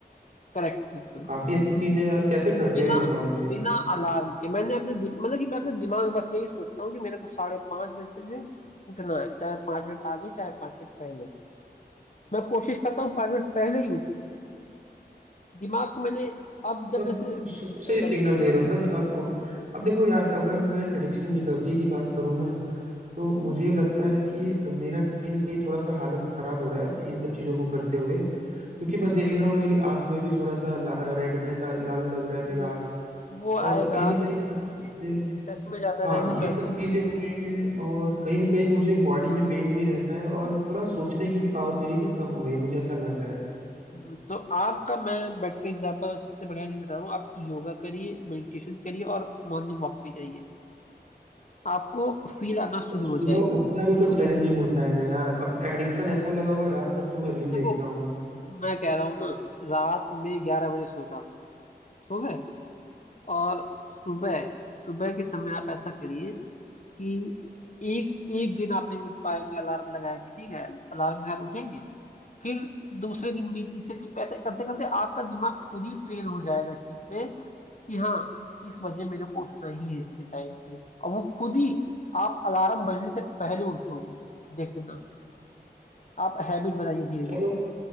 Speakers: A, on the left; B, on the right.
A: करेक्ट बिल्कुल
B: काफी अच्छी चीज है यार कैसे करते
A: बिना
B: हो ये बताओ मुझे
A: बिना अलार्म के मैंने अपने दि- मतलब कि मैं अपने दिमाग में बस यही सोचता हूँ कि मेरे को साढ़े पांच बजे से उठना है चाहे पांच मिनट आगे चाहे पांच मिनट पहले मैं कोशिश करता हूँ पांच मिनट पहले ही उठूँ दिमाग को मैंने अब जब
B: तब
A: जैसे अभी
B: शुरू
A: छुट्टियां
B: से ही
A: चल
B: सिग्नल
A: रही हैं
B: दे रहे हो ना दिमाग को अब देखो यार अगर मैं एडिक्शन रिकवरी की बात करूँ ना तो मुझे लगता है कि मेरा कहीं ना कहीं थोड़ा सा हालत खराब हो रहा है इन सब चीजों को करते हुए क्योंकि मैं देख रहा हूँ मेरी आंख में भी थोड़ा सा रेडनेस लाल लग रहा है मेरा
A: हम्म,
B: आंख
A: वो आएगा
B: और कहीं
A: आप
B: ना कहीं
A: इस चीज
B: ना मुझे
A: के टच में ज्यादा
B: हाँ
A: रहेंगे तो
B: ये
A: ऐसा
B: सब चीजें हो रही हैं और कहीं ना कहीं मुझे बॉडी में पेन भी रहता है और थोड़ा सोचने की भी पावर मेरी ना कम हो रही है मुझे ऐसा लग रहा है
A: हम्म, तो आपका मैं बेटर एग्जाम्पल सबसे बढ़िया चीज बता रहा हूँ आप योगा करिए मेडिटेशन करिए और मॉर्निंग वॉक पे जाइए आपको फील आना शुरू
B: सुबह
A: हो जाएगा
B: उठना भी तो चैलेंजिंग होता है ना यार अब एडिक्शन ऐसा लगा हुआ है रात तक तो मैं रील
A: देखो
B: देखता हूँ
A: मैं कह रहा हूँ ना रात में ग्यारह बजे सो जाओ सो गए और सुबह सुबह के समय आप ऐसा करिए कि एक एक दिन आप नहीं उठ पाएंगे अलार्म लगाएंगे ठीक है अलार्म के साथ उठेंगे फिर दूसरे दिन भी तीसरे दिन भी ऐसे करते करते आपका दिमाग खुद ही ट्रेन हो जाएगा इस चीज पे कि हाँ इस बजे मेरे को उठना ही है इसके टाइम पे और वो खुद ही आप अलार्म बजने से पहले उठोगे देखना आप हैबिट बनाइए धीरे
B: चलो
A: धीरे